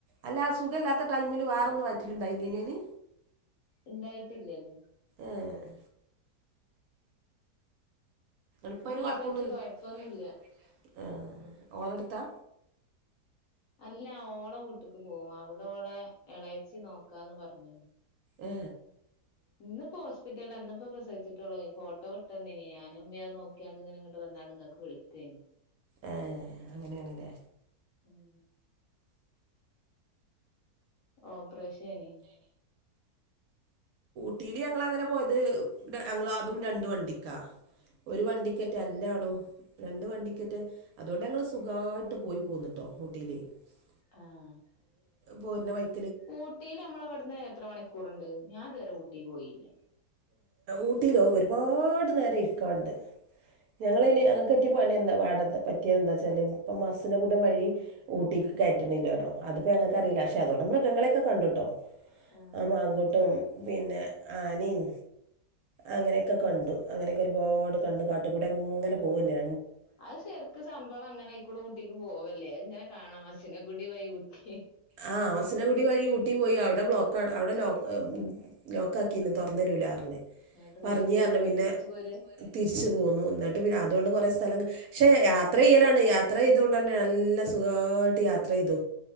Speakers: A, on the right; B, on the left.
A: അല്ല ആ സുഖവില്ലാത്ത ടൈമില് വേറൊന്നും വയറ്റിലുണ്ടായില്ലയ്നൊ അയ്ന്
B: ഉണ്ടായിട്ടില്ലല്ലോ
A: ഏഹ് ള്പ്പയ്ന്
B: പ്രസവിച്ച്
A: കൊഴപ്പൊന്നുല്ല
B: കൊഴപ്പൊന്നുല്ല
A: <unintelligible> കൊയ്പ്പൊന്നുല്ലാ ആ.. ഓളട്ത്താ.
B: അല്ല ഓളെ വീട്ടിക്ക് പോകും അവിടെ ഓളെ ഇളയച്ചി നോക്കാന്ന് പറഞ്ഞണ്
A: ഏ...
B: ഇന്നിപ്പോ ഹോസ്പിറ്റല ഇന്നപ്പോ പ്രസിച്ചട്ടുള്ളോ ഫോട്ടോ വിട്ടന്നിനി ഞാനുമ്മിം അത് നേക്ക്യാണ്ട് ഇങ്ങോട്ട് വന്നു ന്നാണ്ട് ങ്ങക്ക് വിളിക്കേനി
A: ഏ അങ്ങനെയണല്ലേ
B: ഉം ഓപ്പറേഷൈനി
A: ഊട്ടിൽ ഞങ്ങളങ്ങനെ പോയത് ഞങ്ങള് അതും രണ്ട് വണ്ടിക്കാ ഒരു വണ്ടി അല്ലാനും രണ്ട് വണ്ടിക്ക് റ്റെ അതുകൊണ്ട് ഞങ്ങള് സുഖായിട്ട് പോയി പോന്നിട്ടോ ഊട്ടിയില് <unintelligible>
B: ആഹ്
A: പോര്ണ വയ്
B: ഊട്ടിയില് നമ്മള് ഇവിടുന്ന് എത്ര മണിക്കൂറുണ്ട് ഞാൻ ഇതുവരെ ഊട്ടി പോയില്ല
A: ഊട്ടയിലോ ഒരുപാട് നേരം ഇരിക്കാണ്ട് ഞങ്ങളയ്ന്
B: ഉം
A: ഞങ്ങക്ക് പറ്റ്യ പണി എന്താ വാടത്തെ പറ്റിയതെന്തയ്ച്ചാല് ഇപ്പ മസ്സിനെഗുഡ വഴി ഊട്ടിക്ക് കയറ്റണില്ലോലോ അതിപ്പോ ഞങ്ങക്ക് അറിയി പക്ഷെ അതോടെ മൃഗങ്ങളെയൊക്കെ കണ്ടുട്ടോ
B: ആഹ്
A: ആ മാങ്കുട്ടും പിന്നെ ആനയും അങ്ങനെയൊക്കെ കണ്ടു അങ്ങനെയൊക്കെ ഒരുപാട് കണ്ട് കാട്ടുകൂടി അങ്ങനെ പോകല്ലെ
B: അത് ശരിക്ക് സംഭവം അങ്ങനെ അയ്ക്കൂടെ ഊട്ടിക്ക് പോവല്ലേ ഇങ്ങനെ കാണാം മസിനകുടി വഴി ഊട്ടി
A: ആ മസുനകുടി വഴി ഊ ട്ടി പോയി അവിടെ ബ്ലോക്ക് അവിടെ ലോക്ക് ലോക്ക് ആക്കിന്ന് തുറന്നരുല്ലാ പറഞ്ഞ്
B: എന്നിട്ട് പിന്നെ
A: പറഞ്ഞ്
B: എന്തേ
A: റഞ്ഞ്
B: ചെയ്ത്
A: പിന്നെ
B: തിരിച്ചു പോര്
A: തിരിച്ചു പോന്നു എന്നിട്ട് പിന്നെ അതുകൊണ്ട് കൊറെ സ്ഥലം പക്ഷെ യാത്ര ചെയ്യലാണ് യാത്ര ചെയ്ത് കൊണ്ട് തന്നെ നല്ല സുഖായിട്ട് യാത്ര ചെയ്തു